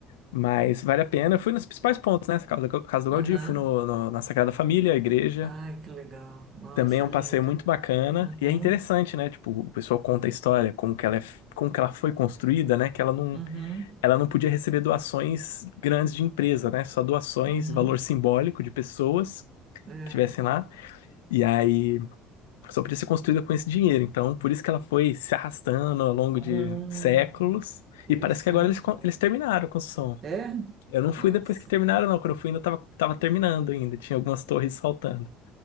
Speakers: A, on the left; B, on the right.
A: Mas vale a pena. Eu fui nos principais pontos, né? Casa do casa do Gaudí,
B: Aham.
A: fui no, no- na Sagrada Família, a igreja.
B: Ai, que legal. Nossa,
A: Também é um
B: linda.
A: passeio muito bacana.
B: Uhum,
A: E é interessante, né? Tipo, o pessoal conta a história, como que ela, é, como que ela foi construída, né? Que ela não
B: uhum,
A: ela não podia receber doações grandes de empresa, né? Só doações,
B: uhum.
A: valor simbólico de pessoas
B: É.
A: que estivessem lá. E aí só podia ser construída com esse dinheiro. Então, por isso que ela foi se arrastando ao longo
B: Hum,
A: de séculos.
B: interessante.
A: E parece que agora eles, con- eles terminaram a construção.
B: É?
A: Eu não fui
B: Nossa.
A: depois que terminaram, não. Quando eu fui, ainda tava, tava terminando ainda. Tinha algumas torres faltando.